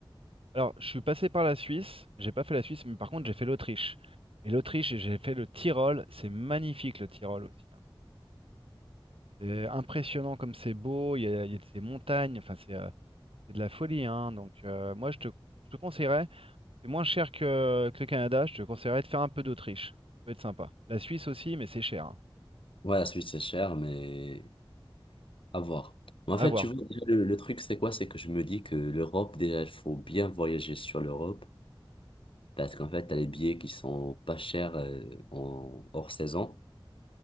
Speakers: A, on the right; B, on the left.
A: Alors, je suis passé par la Suisse. J'ai pas fait la Suisse, mais par contre, j'ai fait l'Autriche. Et l'Autriche, j'ai fait le Tyrol. C'est magnifique, le Tyrol aussi. hein. C'est impressionnant comme c'est beau. Il y a, il y a de ces montagnes. Enfin, c'est. euh, C'est de la folie, hein. Donc euh, moi, je te, je te conseillerais, c'est moins cher que, que le Canada, je te conseillerais de faire un peu d'Autriche. Ça peut être sympa. La Suisse aussi, mais c'est cher, hein.
B: Ouais, la Suisse, c'est cher, mais à voir. Mais en
A: À
B: fait,
A: voir.
B: tu vois, déjà, le, le truc, c'est quoi? C'est que je me dis que l'Europe, déjà, il faut bien voyager sur l'Europe parce qu'en fait, t'as les billets qui sont pas chers, euh, en, hors saison.